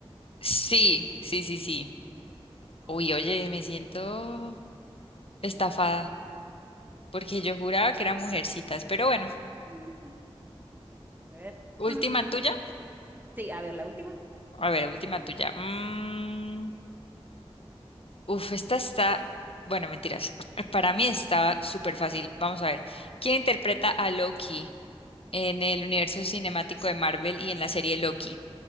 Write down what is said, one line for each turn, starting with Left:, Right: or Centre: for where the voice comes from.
Left: Sí, sí, sí, sí.
Right: Ah,
Left: Uy, oye, me siento estafada
Right: perdida.
Left: porque yo juraba que eran mujercitas, pero bueno,
Right: <laughs> A ver.
Left: última
Right: <clears throat>
Left: tuya.
Right: Sí, a ver, la última.
Left: A ver, última tuya. Mm, uf, esta está, bueno, mentiras. <laughs> Para mí estaba súper fácil. Vamos a ver. ¿Quién interpreta a Loki en el universo cinemático de Marvel y en la serie Loki?